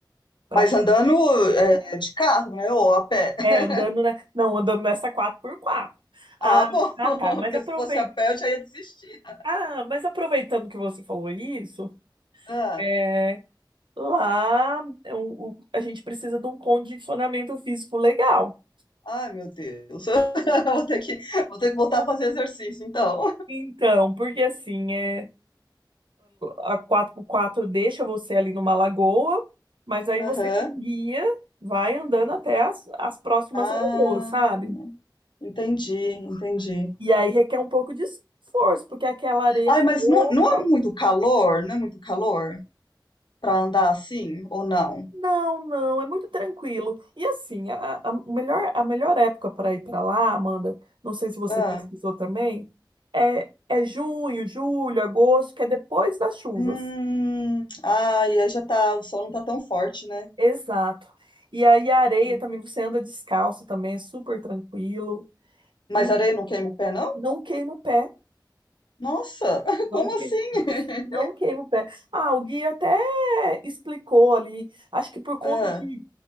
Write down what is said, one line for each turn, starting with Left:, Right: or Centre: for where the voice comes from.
Right: para
Left: Mas andando é, de carro, né? Ou a pé. <laughs>
Right: é andando, né? Não, andando nessa quatro por quatro. Ah,
Left: Ah, bom.
Right: ah,
Left: <laughs>
Right: tá,
Left: Porque
Right: mas aproveita.
Left: se fosse a pé, eu já ia desistir.
Right: Ah, mas aproveitando que você falou isso,
Left: Ah.
Right: é, Lá, é o- o- a gente precisa de um condicionamento físico legal.
Left: Ai, meu Deus. <laughs> Eu Vou ter que, vou ter que voltar a fazer exercício, então.
Right: Então, porque assim, é, a quatro por quatro deixa você ali numa lagoa, mas aí você
Left: Aham.
Right: com guia vai andando até as, as próximas
Left: Ah,
Right: lagoas, sabe?
Left: entendi, entendi.
Right: E aí requer um pouco de esforço, porque aquela areia
Left: Ai,
Right: é
Left: mas
Right: fofa
Left: não, não é muito calor? Não é muito calor para andar assim ou não?
Right: Não, não, é muito tranquilo. E assim, a, a a melhor, a melhor época para ir para lá, Amanda, não sei se você
Left: Ah.
Right: pesquisou também, é, é junho, julho, agosto, que é depois das chuvas.
Left: Hum. Ai, aí já tá. O sol não tá tão forte, né?
Right: Exato. E aí a areia
Left: Uhum.
Right: também, você anda descalço também, é super tranquilo.
Left: Mas
Right: E
Left: areia não queima o pé, não?
Right: não queima o pé,
Left: Nossa, <laughs>
Right: não,
Left: como
Right: que-
Left: assim? <laughs>
Right: não queima o pé. Ah, o guia até explicou ali, acho que por conta
Left: Ah,
Right: de.